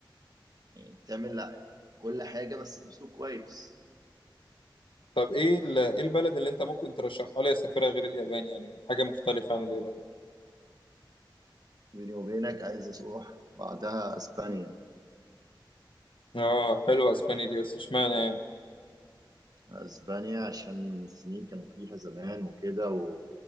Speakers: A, on the right; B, on the left.
A: بتعمل كل حاجة بس بأسلوب كويس
B: طب ايه ال- إيه البلد اللي انت ممكن ترشحها لي اسافرها غير اليابان يعني حاجه مختلفه عن اليابان
A: بيني وبينك عايز أروح بعدها أسبانيا
B: اه حلوة اسبانيا دي بس اشمعنى يعني
A: أسبانيا عشان المسلمين كانوا فيها زمان وكده و...